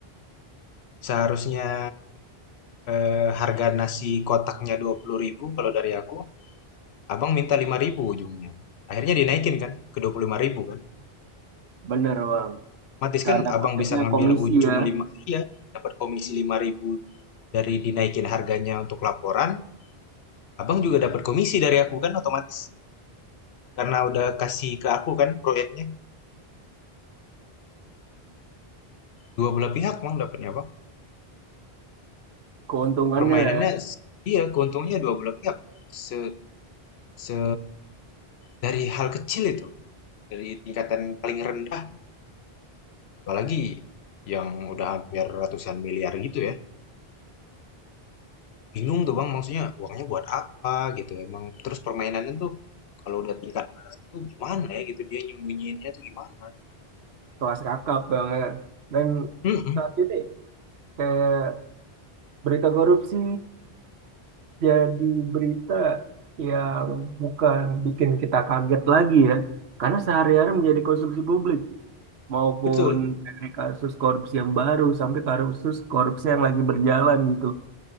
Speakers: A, on the left; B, on the right.
A: Seharusnya, eee, harga nasi kotaknya dua puluh ribu kalau dari aku, Abang minta lima ribu ujungnya. Akhirnya dinaikin kan ke dua puluh lima ribu kan.
B: bener bang.
A: Otomatis
B: Karena
A: kan Abang
B: kutipnya
A: bisa ngambil
B: komisi
A: ujung
B: ya,
A: lima iya, dapat komisi lima ribu dari dinaikin harganya untuk laporan, Abang juga dapat komisi dari aku kan otomatis. Karena udah kasih ke aku kan proyeknya. Dua belah pihak Bang dapatnya Bang.
B: keuntungannya.
A: Permainannya iya, keuntungnya dua belah pihak. Se se dari hal kecil itu, dari tingkatan paling rendah Apalagi yang udah hampir ratusan miliar gitu ya. Bingung tuh Bang, maksudnya uangnya buat apa gitu. Emang terus permainannya tuh kalau udah tingkat atas itu gimana ya gitu dia nyembunyiinnya tuh gimana.
B: kelas kakap banget dan
A: Mm-mm,
B: saat ini kayak berita korupsi jadi berita yang bukan bikin kita kaget lagi ya karena sehari-hari menjadi konsumsi publik maupun
A: betul.
B: dari kasus korupsi yang baru sampai kasus korupsi yang lagi berjalan gitu